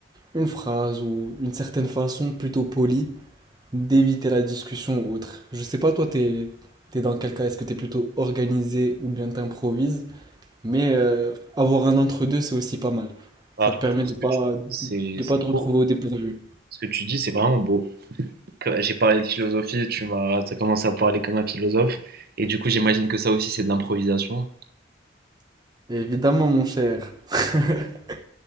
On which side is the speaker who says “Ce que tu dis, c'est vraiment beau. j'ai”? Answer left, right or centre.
Right